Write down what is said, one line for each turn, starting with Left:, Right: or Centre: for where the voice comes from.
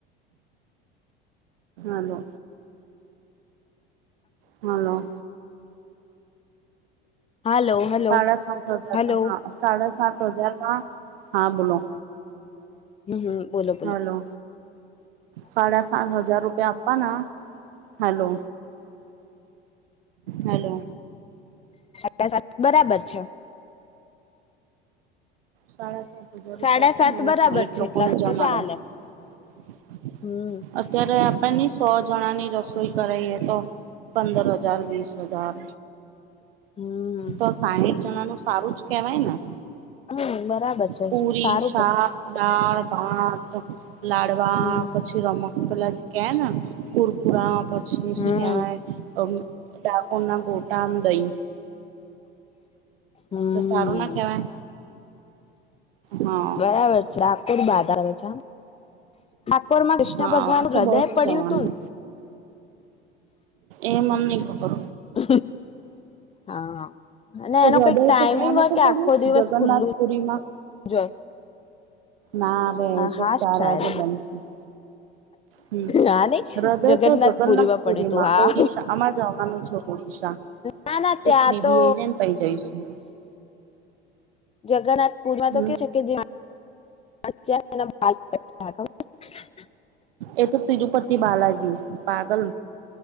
Right: Hello. Hello.
Left: Hello hello
Right: સાડા સાત વાગ્યા
Left: હલો
Right: હા સાડા સાત હજારમાં હા બોલો.
Left: હમ હમ બોલો બોલો
Right: હલો. સાડા સાત હજ જાર રૂપિયા આપવાના. હેલો. હલો.
Left: સા સાત બરાબર છે.
Right: સાડા સાત હજાર રૂપિયા
Left: સાડા
Right: હતા.
Left: સાત
Right: ને એમાં
Left: બરાબર
Right: સાહીઠ
Left: છે
Right: લોકોને
Left: એટલા
Right: જ
Left: તો
Right: મળડ્યા.
Left: ચાલે હમ
Right: અત્યારે એની સો જણાની રસોઈ કરાઈએ તો પંદર હજાર વીસ હજાર
Left: હમ
Right: તો સાહીઠ જણા નું સારું જ કેવાય ને.
Left: હમ બરાબર. છે
Right: પુરી,
Left: સારું
Right: શાક,
Left: કે
Right: દાળ-ભાત, લાડવા
Left: હમ
Right: પછી રમક પતલા જે ક ના કુરકુરા
Left: હમ
Right: શું કવાય ડાકોર ના ગોટ દઈ.
Left: હમ
Right: તો સારું ના કેવાય. હા
Left: બરાબર છે. ડાકોર બાધારા પર માં કૃષ્ણ
Right: હા
Left: ભગવાન
Right: આખું
Left: હૃદય
Right: બસ
Left: પડ્યું
Right: જવાનું
Left: તું?
Right: એ મન નઈ ખબર
Left: હ હા અને
Right: હૃદય
Left: એનો કઈક ટાઈમિંગ
Right: તો ત્યાં
Left: હોય
Right: નતું
Left: કે
Right: પડ્યું
Left: આખો દિવસ
Right: જગન્નાથપુરીમાં
Left: ખુલ્લું જો
Right: ના રે એ
Left: હા
Right: તો ચાર
Left: સાાયદ.
Right: વાગે બંધ થાય હમ
Left: હા નઈ
Right: હૃદય
Left: જગન્નાથ
Right: તો જગન્નાથપુરીમાં
Left: પુરીમાં પડ્યું હતું હા.
Right: ઓડિશા આમાં જવાનું છે ઓડિશા
Left: ના ના ત્યાં
Right: એક બીબી
Left: તો
Right: એ છે ને પઈ જઈશું
Left: જગન્નાથ પુરમાં
Right: હમ
Left: તો કે શક <inaudible>
Right: એ તો તિરુપતિ બાલાજી પાગલ